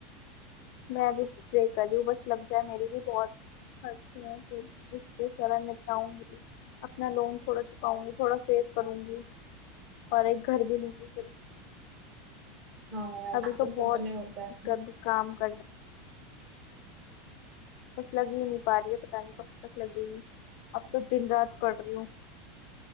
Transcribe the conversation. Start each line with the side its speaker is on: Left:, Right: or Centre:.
Left: मैं अभी प्रे कर रही हूँ बस लग जाए मेरी भी बहुत करती हूँ फिर उसको जरा निपटाऊंगी अपना लोन थोड़ा चुकाऊंगी थोड़ा सेव करूंगी और एक घर भी लूंगी फिर
Right: हाँ यार
Left: अभी
Right: कुछ
Left: तो
Right: सपने
Left: बहुत
Right: होते हैं
Left: कर, काम करना है बस लग ही नहीं पा रही है पता नहीं कब तक लगेगी अब तो दिन रात पढ़ रही हूँ